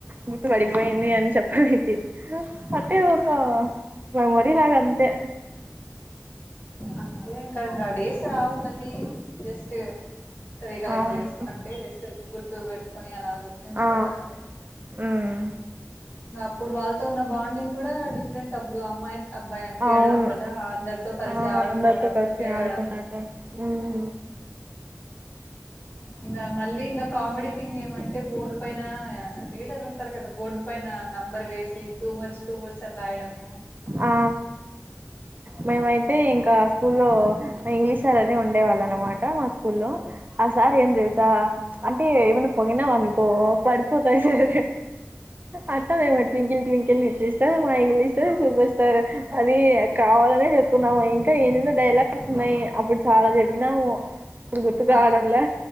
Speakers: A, on the right; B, on the left.
A: గుర్తు పడిపోయింది అని చెప్పడానికి అంటే ఒక మెమొరీ లాగ అంతే
B: అంతే ఇంకా ఇంగాడేస్ రావు మళ్ళీ జస్ట్ తది. కలెక్ట్
A: అవును
B: చేస్ అంటే జస్ట్ గు తూ పెట్కొని అలా గుర్తుంచుకోవాలంతే
A: ఆ హ్మ్.
B: ఇంగ అప్పుడు వాళ్ళతో ఉన్న బాండింగ్ కూడా డిఫరెంట్ అప్పుడు అమ్మాయి అబ్బాయని తేడా
A: అవును
B: ఉండదా అందర్తో కలిసి
A: ఆ
B: ఆడుకోవడము
A: అందరితో కల్సి
B: తిరగడము
A: ఆడుకుండడం మ్
B: ఇంగా మళ్ళీ ఇంకా కామెడీ థింగ్ ఏమం అంటే బోర్డు పైన లీడర్ ఉంటారు కదా బోర్డు పైన నెంబర్ వేసి టూ మచ్ టూ మచ్ అని రాయడము
A: ఆ మామై తే ఇంకా స్కూల్లో ఇంగ్లీష్ సార్ అని ఉండే వాళ్ళు అన్నమాట మా స్కూల్లో ఆ సార్ ఏం తెల్సా అంటే ఏమైనవనుకో పడిపోతయి సార్ అట్ట మేం ట్వింకిల్ ట్వింకిల్ లిటిల్ ఇట్ మా ఇంగ్లిష్ సార్ సూపర్ స్టార్ అనీ కావాలనే చెప్తున్నాము. ఇంకా ఎందెందో డైలాగ్స్ ఉన్నాయి. అప్పుడు చాలా చెప్పినాము ఇప్పుడు గుర్తుకురావడంలే.
B: ఆ